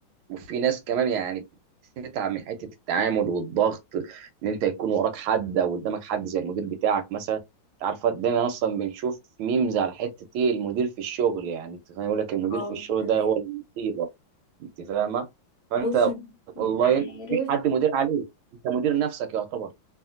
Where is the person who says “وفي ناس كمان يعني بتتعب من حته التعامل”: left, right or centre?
Right